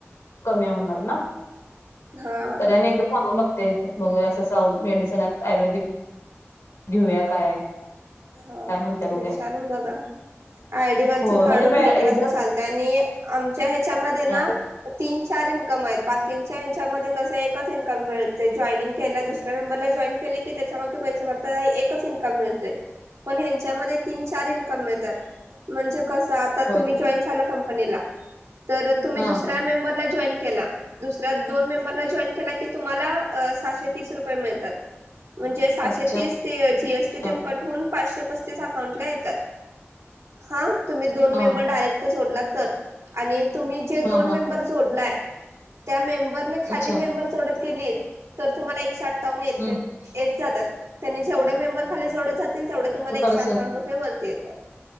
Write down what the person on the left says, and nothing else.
कमी होणार ना
तरी आणि एकदा सांगून बगते बगुया अस अस आहो मेडिसन हायत आयुर्वेदिक घेऊया काय?
काय म्हणत्या बघूया
होय
मग ते पॅ
हेज
हा
होय
हा
अच्छा
हा
हा
हा
हा
अच्छा
हम्म
पर
पर्सन